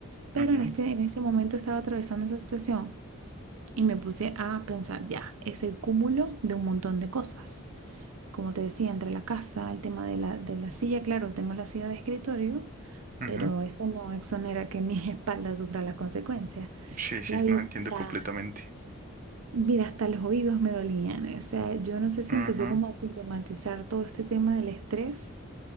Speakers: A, on the right; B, on the right.
A: Pero
B: ujú,
A: en este, en ese momento estaba atravesando esa situación y me puse a pensar, ya, es el cúmulo de un montón de cosas. como te decía, entre la casa, el tema de la, de la silla, claro, tengo la silla de escritorio,
B: ujú,
A: pero eso no exonera que mi <laughs> espalda sufra las consecuencias.
B: Sí, sí,
A: La vista,
B: no entiendo completamente.
A: mira, hasta los oídos me dolían. O sea, yo no sé si
B: Ujú,
A: empecé como a sintomatizar todo este tema del estrés